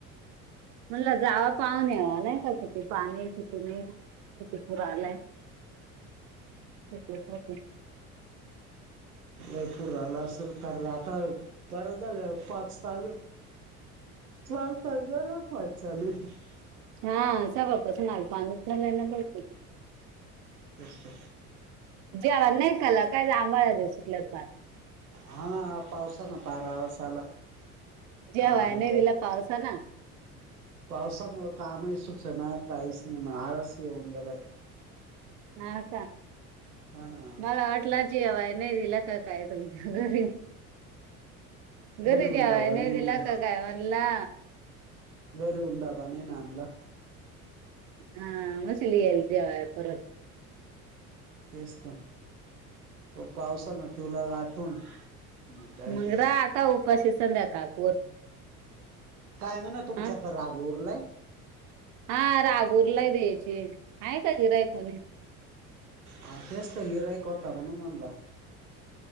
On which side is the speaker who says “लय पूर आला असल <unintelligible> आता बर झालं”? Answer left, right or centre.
Right